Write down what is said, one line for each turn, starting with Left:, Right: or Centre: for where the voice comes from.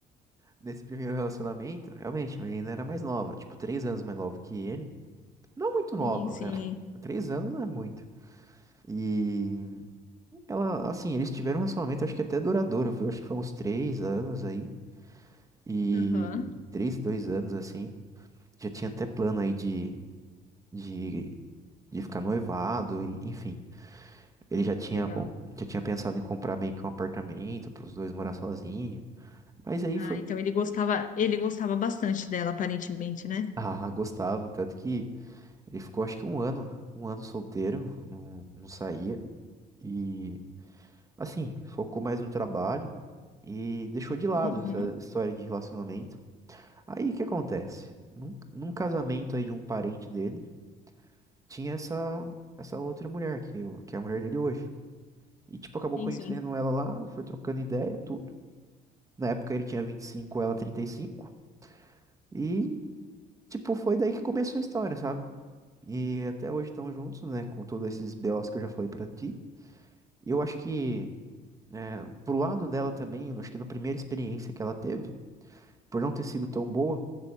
Right: nesse primeiro relacionamento, realmente, a menina era mais nova, tipo, três anos mais nova que ele. Não muito nova,
Left: Sim, sim.
Right: né? Três anos não é muito. E ela, assim, eles tiveram um relacionamento, acho que até duradouro, viu? Acho que foi uns três anos aí. E
Left: Aham,
Right: três, dois anos, assim. Já tinha até plano aí de, de, de ficar noivado, e, enfim. Ele já tinha,
Left: Legal.
Right: com- já tinha pensado em comprar meio que um apartamento para os dois morar sozinhos. Mas aí
Left: Ah,
Right: foi.
Left: então ele gostava, ele gostava bastante dela, aparentemente, né?
Right: Ah, gostava. Tanto que ele ficou, acho que um ano, um ano solteiro, não, não saía. e Assim, focou mais no trabalho e deixou de lado
Left: Uhum.
Right: essa história de relacionamento. Aí o que acontece? Num, num casamento aí de um parente dele, tinha essa essa outra mulher que, o- que é a mulher dele hoje. E tipo, acabou
Left: Sim,
Right: conhecendo
Left: sim.
Right: ela lá, foi trocando ideia, tudo. Na época ele tinha vinte e cinco ela trinta E cinco e tipo, foi daí que começou a história, sabe? E até hoje estão juntos, né, com todos esses BOs que eu já falei pra ti. E eu acho que é, pro lado dela também, eu acho que na primeira experiência que ela teve, por não ter sido tão boa,